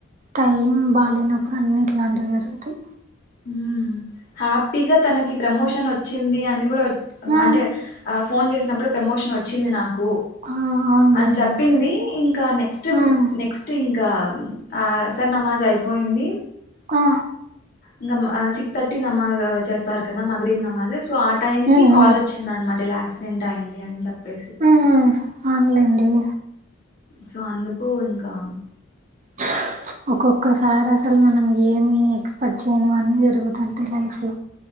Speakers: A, on the right; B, on the left.
A: టైం బాలేనప్పుడు అన్ని ఇట్లాంటి జరుగుతయ్
B: హు హ్యాపీగా తనకి ప్రమోషన్ వచ్చింది అని కూడా బ
A: మ్మ్
B: అంటే ఆ ఫోన్ చేసినప్పుడు ప్రమోషన్ వచ్చింది నా కు
A: ఆ అవునులేండి
B: అని చెప్పింది ఇంకా నెక్స్ట్
A: మ్మ్
B: నెక్స్ట్ ఇం ఇంక ఆ సర్ నమాజ్ అయిపోయింది
A: ఆ
B: ఇంకా మా ఆ సిక్స్ తర్టీ నమాజ్ చేస్తారు కదా మగరిమ్ నమాజు సో ఆ టైం
A: మ్మ్
B: కి కాల్
A: మ్మ్
B: వచ్చింది అనమాట ఇలా క్సిడెంట్ అయింది అని చెప్ పెసి
A: మ్మ్ అవునులేండి
B: సో అందుకు ఇంకా
A: <unintelligible> ఓకొక్ కసారి అసలు మనం ఏ ఏమి ఎక్స్పెక్ట్ చేయనివన్నీ జరుగుతాంటయి లైఫ్ లో